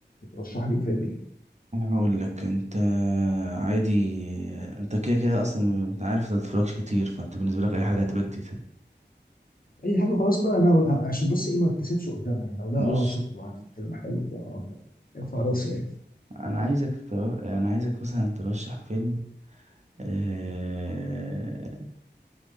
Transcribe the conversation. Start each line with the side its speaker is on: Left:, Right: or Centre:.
Left: ترشح لي فيلم ايه؟
Right: انا هقول لك انت عادي انت كده كده اصلا انت عارف انت متتفرجش كتير فانت بالنسبه لك اي حاجه هتبقى جديده
Left: اي حاجه وخلاص بقى انا أقول- آه، عشان بس ايه ما اتكسفش قدامها يعني لو لا
Right: بص
Left: اه شفته عارف الفيلم حلو بتاع اه ف- ارفع راسي يعني
Right: انا عايزك تر... انا عايزك مثلا ترشح فيلم آه...